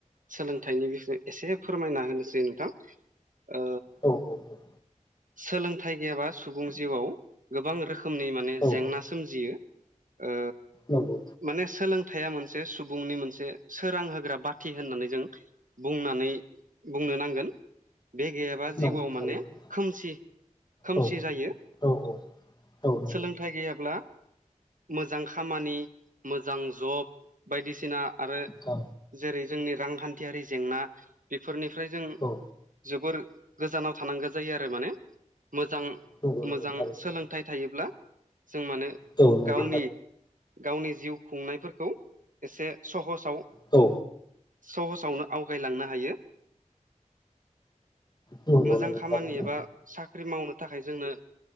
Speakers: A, on the right (about 85°); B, on the left (about 30°).
A: सोलोंथाइनि बिसय एसे फोरमायना होनोसै नोंथां ओ
B: औ औ औ
A: सोलोंथाइ गैयाबा सुबुं जिउआव गोबां रोखोम खोमनि
B: औ
A: जेंना सोमजियो ओ
B: नंगौ
A: माने सोलों हथाया मोनसे सुबुंनि मोनसे सोरां होग्रा बाथि होननानै जों बुंनानै बुंनो नांगोन बे गैयाबा
B: नंगौ
A: जिउआव
B: थारैनो
A: माने खोमसि खोमसि
B: औ
A: जायो
B: औ औ नंगौ
A: सोलोंथाइ गैयाब्ला मोजां खामानि मोजां जब बायदिसिना आरो
B: औ
A: जेरै जोंनि रांखान्थियारि जेंना बेफोरनि बेनिफ्राय जों
B: औ
A: जोबोर गोजानाव थानांगौ जायो आरो माने मोजां
B: नंगौ नंगौ
A: मोजां
B: थारैनो
A: सोलोंथाइ थायोब्ला जों माने
B: औ नंगौ
A: गावनि
B: थारैनो
A: गावनि जिउ खुंनायफोरखौ एसे सहसाव
B: औ
A: सहसावनो आवगायलांनो हायो
B: औ नंगौ
A: मोजां खामानि
B: थारैनो
A: एबा साख्रि मावनो थाखाय जोंनो